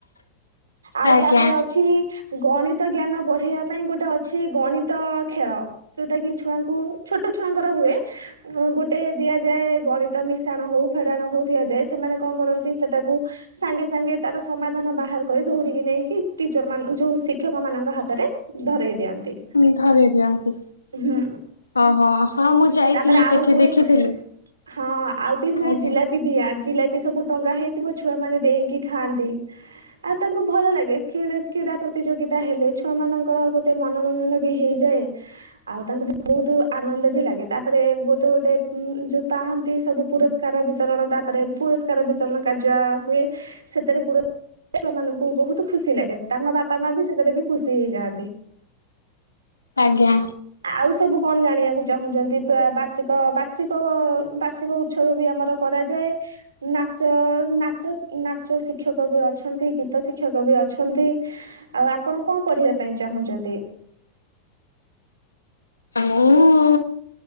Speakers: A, on the right (about 70°); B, on the left (about 75°).
A: ଆଉ
B: ଆଜ୍ଞା
A: ତାପରେ ଅଛି ଗଣିତ ଜ୍ଞାନ ବଢେଇବା ପାଇଁ ଗୋଟେ ଅଛି ଗଣିତ ଖେଳ। ଯୋଉଟା କିି ଛୁଆଙ୍କୁ ଛୋଟ ଛୁଆଙ୍କର ହୁଏ। ଉ ଗୋଟେ ଦିଆଯାଏ ଗଣିତ ମିଶାଣ ହଉ ଫେଡାଣ ହଉ ଦିଆଯାଏ, ସେମାନେ କଣ କରନ୍ତି ସେଟାକୁ ସାଙ୍ଗେ ସାଙ୍ଗେ ତାର ସମାଧାନ ବାହାର କରି, ଦୌଡିକି ନେଇକି ଟିଚର ମାନ ଯୋଉ ଶିକ୍ଷକ ମାନଙ୍କ ହାତରେ ଧରେଇ ଦିଅନ୍ତି।
B: ଉଁ ଧରେଇ ଦିଅନ୍ତି।
A: ହୁଁ
B: ଅ ହ ହଁ ମୁଁ ଯାଇଥିଲି
A: ତାପରେ ଆଉ
B: ସେଠି
A: ହୁଏ
B: ଦେଖିଥିଲି।
A: ହଁ ଆଉ ବି ହୁଏ
B: ଆଜ୍ଞା
A: ଜିଲା ପି ଜିଲାପି ସବୁ ଟଙ୍ଗା ହେଇଥିବ ଛୁଆ ମାନେ ଡେଇଁକି ଖାଆନ୍ତି। ଆ ତାଙ୍କୁ ଭଲ ଲାଗେ, ଖି ରେ କ୍ରୀଡ଼ା ପ୍ରତିଯୋଗିତା ହେଲେ ଛୁଆ ମାନଙ୍କର ଗୋଟେ ମନୋରଞ୍ଜନ ବି ହେଇଯାଏ। ଆଉ ତାଙ୍କୁ ବହୁତ ଆନନ୍ଦ ବି ଲାଗେ, ତାପରେ ଗୋଟେ ଗୋଟେ ଯୋଉ ପାହାନ୍ତି ସବୁ ପୁରସ୍କ କାର ବିତରଣ ତାପରେ ପୁରସ୍କାର ବିତରଣ କାର୍ଯ୍ୟ ହୁଏ, ସେଥିରେ ପୁ ଛୁଆ ମାନଙ୍କୁ ବହୁତ ଖୁସି ଲାଗେ, ତାଙ୍କ ବାପା ମା ବି ସେଥିରେ ବି ଖୁସି ହେଇଯାଆନ୍ତି।
B: ଆଜ୍ଞା।
A: ଆଉ ସବୁ କଣ ଜାଣିବାକୁ ଚାହୁଁଛନ୍ତି ପୁରା ବାର୍ଷି କ ବାର୍ଷିକ ବାର୍ଷିକ ଉତ୍ସବ ବି ଆମର କରାଯାଏ। ନାଚ ନାଚ ନାଚ ଶିକ୍ଷକ ବି ଅଛନ୍ତି, ଗୀତ ଶିକ୍ଷକ ବି ଅଛନ୍ତି। ଆଉ ଆପଣ କଁ ପଢିବା ପାଇଁ ଚାହୁଁଚନ୍ତି?
B: ମୁଁ